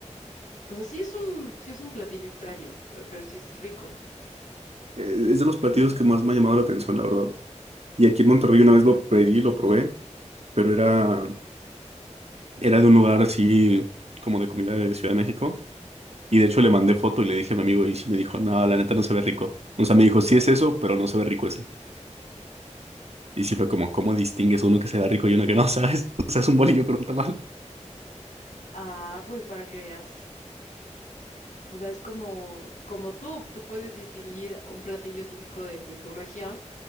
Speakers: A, on the left; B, on the right.
A: O sea, sí es un, sí es un platillo extraño, pe- pero sí es rico.
B: Eh, Es de los platillos que más me ha llamado la atención, la verdad. Y aquí en Monterrey una vez lo pedí, lo probé, pero era, era de un lugar así como de comida de Ciudad de México. Y de hecho le mandé foto y le dije a mi amigo y sí me dijo, no, la neta no se ve rico. O sea, me dijo, sí es eso, pero no se ve rico Y sí fue como, ¿cómo distingues uno que se va rico y uno que no, sabes? <laughs> O sea, es un bolillo con un tamal.
A: Ah, pues para que veas. O sea, es como, como tú, tú puedes distinguir un platillo típico de, de tu región